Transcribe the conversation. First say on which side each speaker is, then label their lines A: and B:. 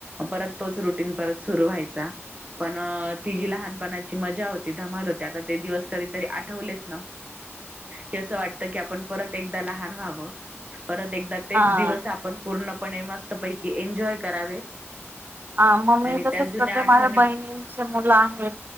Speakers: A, on the right; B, on the right.
A: परत तोच रुटीन परत सुरू व्हायचा, पण ति जी लहानपणाची मजा होती धमाल होती आता ते दिवस कधीतरी आठवलेत न की असं वाटतं की आपण परत एकदा लहान व्हावं <inaudible> परत एकदा तेच
B: हा
A: दिवस आपण पूर्ण पणे मस्त पैकी की एन्जॉय करावे.
B: हा म मी
A: आणि
B: तसेच
A: त्या जुन्या
B: करते
A: आठवणी
B: माझ्या बहिणींची मुलं आहेत,